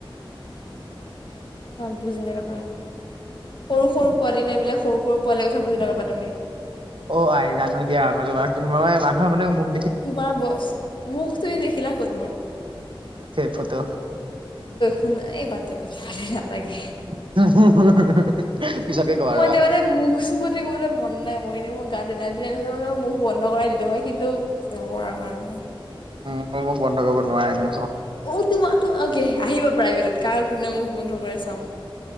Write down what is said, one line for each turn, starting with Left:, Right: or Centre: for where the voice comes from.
Left: বুজি নপাবা সৰু সৰু পোৱালি ন' এইবিলাক সৰু সৰু পোৱালিৰ কথা বুজি নাপাবা তুমি।
Right: অ আই জানো দিয়া মই তোমাক মই মানুহৰ মানে মোক
Left: তোমাৰ ব মুখ তুমি দেখিলা ক'ত মোৰ?
Right: কেই ফত'
Left: কোনয় বাদ্থদে পা পালি তাকে
Right: <inaudible> পিছতকে কবা
Left: মই
Right: ৰবা
Left: এতিয়া মানে মুখ চুপতি ক'বলৈ মন নাই মই এনেই মোৰ গাত হ'লে মান মুখ বন্ধ কৰাই দিলো হয় কিন্তু নকৰা আৰু মই
Right: মই মোক বন্ধ কৰিব নোৱাৰিম।
Left: অ', তোমাৰো অকে আহিবা প্ৰাইভেটত কাৰ কোনে মোক বন্ধ কৰি চাম।